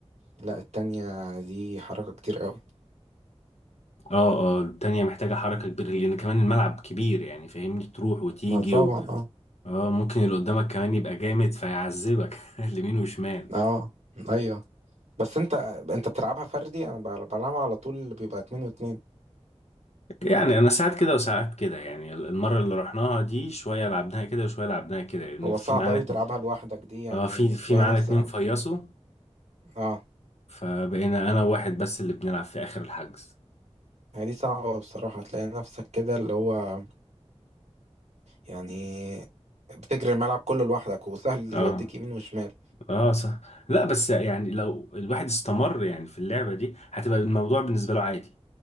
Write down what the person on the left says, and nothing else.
اه اه التانية محتاجة حركة كبيرة لأن كمان الملعب كبير يعني فاهمني تروح وتيجي
و...
اه ممكن اللي قدامك كمان يبقى جامد فيعذبك <laughs> اليمين وشمال
يعني أنا ساعات كده وساعات كده يعني المرة اللي رحناها دي شوية لعبناها كده وشوية لعبناها كده لأن
في
معانا
اتنين-
اه في في
معانا
اتنين فيصوا
فبقينا أنا وواحد بس اللي بنلعب في آخر الحجز
اه
اه صح لا بس يعني لو الواحد استمر يعني في اللعبة دي هتبقى الموضوع بالنسبة له عادي